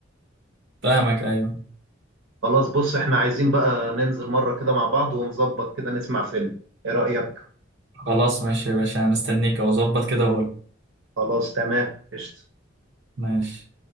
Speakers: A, on the right (about 65°); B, on the right (about 80°).
A: فاهمك ايوه
B: خلاص بص احنا عايزين بقى ننزل مره كده مع بعض ونظبط كده نسمع فيلم ايه رايك
A: خلاص ماشي يا باشا انا مستنيك او اظبط كده واقول
B: خلاص تمام قشطه
A: ماشي